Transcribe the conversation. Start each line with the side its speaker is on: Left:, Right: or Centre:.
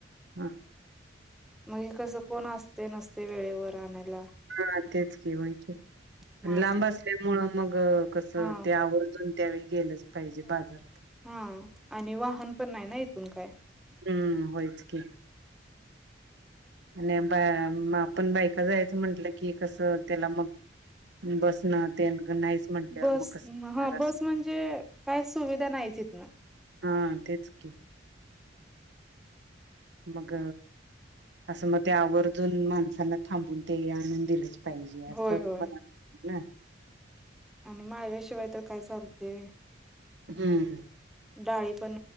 Right: हा.
Centre: मग कस कोण असतेय नसतेय वेळेवर आणायला.
Right: हा तेच की व्हय की,
Centre: मग
Right: लांब
Centre: असलच
Right: असल्यामुळ मग कस
Centre: हा
Right: ते आवर्जून त्यावेळी गेलच पाहिजे बाजारात.
Centre: हा आणि वाहन पण नाही ना इथून काय.
Right: हम्म्. होयच की. आणि ब मग आपण बायका जायच म्हटल की कस त्याला मग बसणं तेन नाहीच. म्हंटल्यावर
Centre: बस.
Right: मग कसं
Centre: ह
Right: होणार अस
Centre: बस म्हणजे काय सुविधा नाहीत तिथन.
Right: हम् तेच की,. मग अस मग ते आवर्जून माणसांना थांबून ते आणून दिल. पाहिजे. अस
Centre: होय
Right: पण
Centre: होय
Right: ना.
Centre: आणि माळव्याशिवाय तर काय चालते.
Right: हम्म्.
Centre: डाळी पण